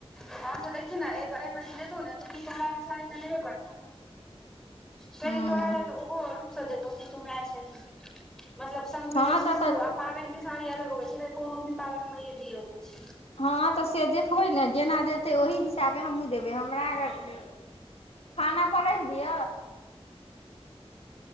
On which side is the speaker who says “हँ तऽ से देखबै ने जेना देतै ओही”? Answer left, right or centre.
Left